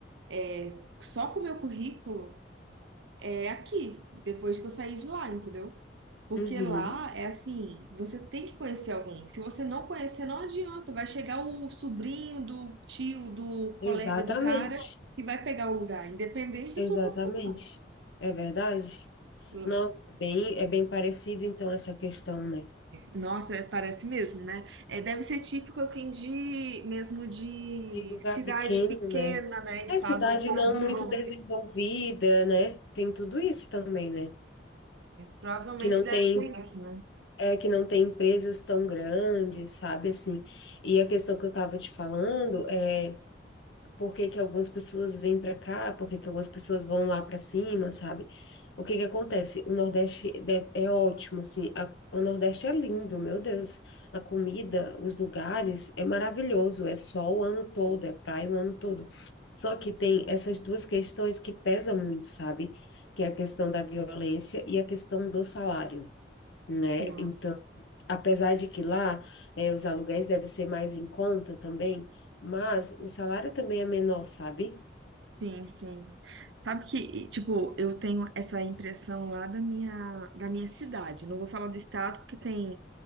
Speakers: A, on the right (about 75°); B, on the left (about 75°).
A: é, só com o meu currículo é aqui, depois que eu saí de lá, entendeu? Porque
B: Uhum.
A: lá é assim, você tem que conhecer alguém. Se você não conhecer, não adianta. Vai chegar o sobrinho do tio, do colega
B: Exatamente.
A: do cara que vai pegar o lugar, independente da
B: Exatamente.
A: sua formação.
B: É verdade?
A: Lá-
B: Nossa, bem, é bem parecido então essa questão, né?
A: Nossa, é, parece mesmo, né? É, deve ser típico assim de mesmo de
B: De lugar
A: cidade
B: pequeno,
A: pequena,
B: né?
A: né? Estado
B: É cidade
A: um pouco
B: não
A: desenvolvido.
B: muito desenvolvida, né? Tem tudo isso também, né?
A: Provavelmente
B: Que não
A: deve
B: tem,
A: ser isso, né?
B: é, que não tem empresas tão grandes, sabe? Assim, e a questão que eu estava te falando é por que que algumas pessoas vêm para cá, por que que algumas pessoas vão lá para cima, sabe? O que que acontece? O Nordeste deve- é ótimo, assim, a- o Nordeste é lindo, meu Deus. A comida, os lugares, é maravilhoso, é sol o ano todo, é praia o ano todo. Só que tem essas duas questões que pesam muito, sabe? Que é a questão da violência e a questão do salário né?
A: Sim.
B: Então, apesar de que lá eh, os aluguéis devem ser mais em conta também, mas o salário também é menor, sabe?
A: Sim, sim. Sabe que, tipo, eu tenho essa impressão lá da minha, da minha cidade. Não vou falar do estado, porque tem,